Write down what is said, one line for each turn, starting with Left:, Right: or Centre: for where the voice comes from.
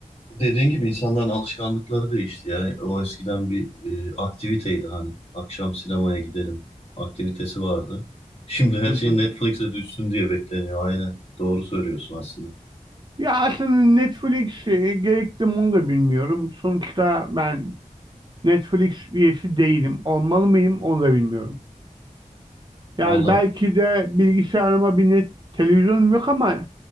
Left: dediğin gibi insanların alışkanlıkları değişti ya. O eskiden bir e, aktiviteydi hani. Akşam sinemaya gidelim aktivitesi vardı. Şimdi her
Right: Hı hı.
Left: şey Netflix'e düşsün diye bekleniyor. Aynen. Doğru söylüyorsun aslında.
Right: Ya aslında Netflix e, gerekli mi onu da bilmiyorum. Sonuçta ben Netflix üyesi değilim. Olmalı mıyım onu da bilmiyorum. Yani
Left: Vallahi
Right: belki de bilgisayarıma bir net televizyonum yok ama